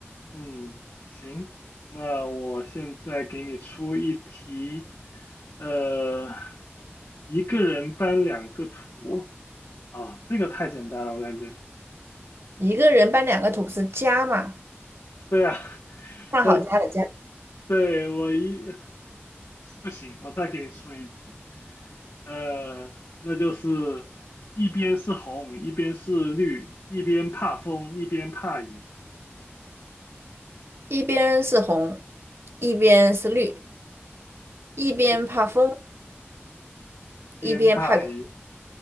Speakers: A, on the left; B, on the right.
A: 嗯，行，那我现在给你出一题，呃，一个人搬两个图啊，这个太简单了，我感觉。
B: 一个人搬两个土是家嘛，
A: <laughs> 对啊，<laughs>
B: 上好家的家，
A: 我对我一 <laughs> 不行，我再给你出一题，呃，那就是一边是红，一边是绿，一边怕风，一边怕雨，
B: 一边是红，一边是绿，一边怕风，
A: 一一边怕雨。
B: 一边怕雨，